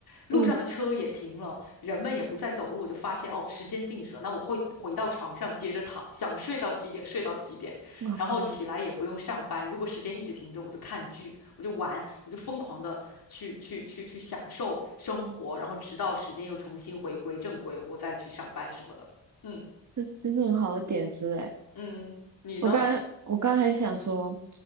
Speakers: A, on the left; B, on the right.
A: 路上的车也停了，
B: 嗯，
A: 人们也不再走路，我就发现哦，时间静止了，那我会回到床上接着躺，想睡到几点睡到几点，
B: 哇塞，
A: 然后起来也不用上班。如果时间一直停着，我就看剧，我就玩，我就疯狂的去去去去享受生活，然后直到时间又重新回归正规，我再去上班什么的。嗯
B: 这这是很好的点子哎。
A: 嗯，你呢？
B: 我刚才我刚才想说，